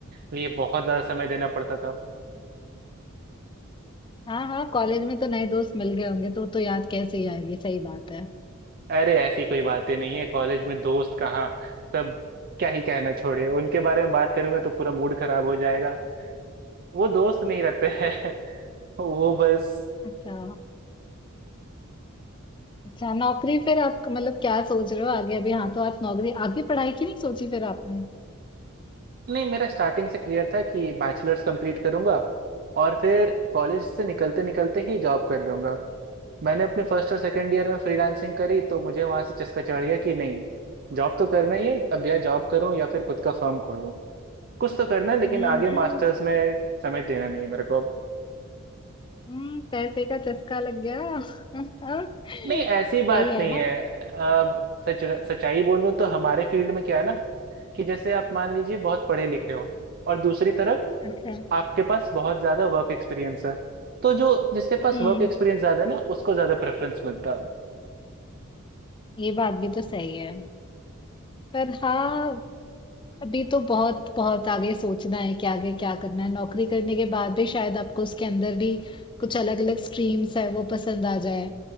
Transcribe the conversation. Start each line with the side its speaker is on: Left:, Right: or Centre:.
Right: लिए बहुत ज़्यादा समय देना पड़ता था
Left: हाँ, हाँ, कॉलेज में तो नए दोस्त मिल गए होंगे तो तो याद कैसे ही आएगी, सही बात है।
Right: अरे ऐसी कोई बातें नहीं है कॉलेज में दोस्त कहाँ सब क्या ही कहना छोड़िए उनके बारे में बात करूंगा तो पूरा मूड खराब हो जाएगा वो दोस्त नहीं रहते हैं <laughs> वो बस
Left: अच्छा, अच्छा नौकरी फिर आप मतलब क्या सोच रहे हो आगे? अभी हाँ तो आप नौकरी आगे पढ़ाई की नहीं सोची फिर आपने?
Right: नहीं मेरा स्टार्टिंग से क्लियर था कि बैचलर्स कंप्लीट करूंगा और फिर कॉलेज से निकलते निकलते ही जॉब कर लूंगा मैंने अपने फर्स्ट और सेकंड ईयर में फ्रीलांसिंग करी तो मुझे वहां से चस्का चढ़ गया कि नहीं जॉब तो करना ही है अब या जॉब करूं या फिर खुद का फर्म खोलूं कुछ तो करना है लेकिन
Left: हम्म,
Right: आगे
Left: हम्म।
Right: मास्टर्स में समय देना नहीं है मेरे को अब
Left: हम्म, पैसे का चस्का लग गया <laughs>
Right: नहीं ऐसी बात
Left: यही है
Right: नहीं
Left: ना
Right: है अब सच सच्चाई बोलूं तो हमारे फील्ड में क्या है ना कि जैसे आप मान लीजिए बहुत पढ़े लिखे हो और दूसरी तरफ
Left: अच्छा
Right: आपके पास बहुत ज्यादा वर्क एक्सपीरियंस है तो जो जिसके पास
Left: हम्म
Right: वर्क एक्सपीरियंस ज्यादा है ना उसको ज्यादा प्रेफरेंस मिलता है
Left: ये बात भी तो सही है पर हाँ अभी तो बहुत बहुत आगे सोचना है कि आगे क्या करना है नौकरी करने के बाद भी शायद आपको उसके अंदर भी कुछ अलग अलग स्ट्रीम्स है वो पसंद आ जाए